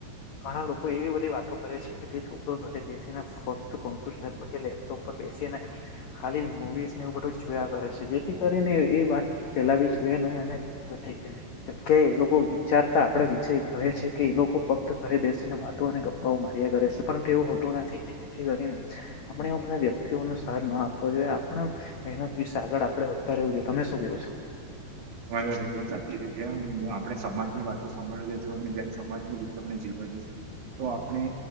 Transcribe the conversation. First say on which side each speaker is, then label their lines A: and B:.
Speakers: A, on the left; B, on the right.
A: ઘણા લોકો એવી બધી વાતો કરે છે કે તે છોકરો ઘરે બેસીને ફ કોમ્પ્યુટર કે લેપટોપ પર બેસીને ખાલી મુવીઝને એવું બધું જોયા કરે છે જેથી કરીને એ વાત ફેલાવી જોઈએ નહી અને ઘણી બધી જગ્યાએ એ લોકો વિચારતા આપણે વિષય કહે છે કે એ લોકો ફક્ત ઘરે બેસીને વાતો અને ગપ્પાઓ માર્યા કરે છે પરંતુ એવું હોતું નથી. જેથી કરીને આપણે એ બધા વ્યક્તિઓ ન સાર ન આપવો જોઈએ આપણા મહેનત વિશે આગળ આપણે વધ વું જોઈ તમે શું કેવું છો?
B: વાય વાત એકદમ સાચી છે જેમ આપણે સમાજની વાતો સાભળી જશું અને જેમ સમાજની રીત આપણે જીવવા જશું તો આપણે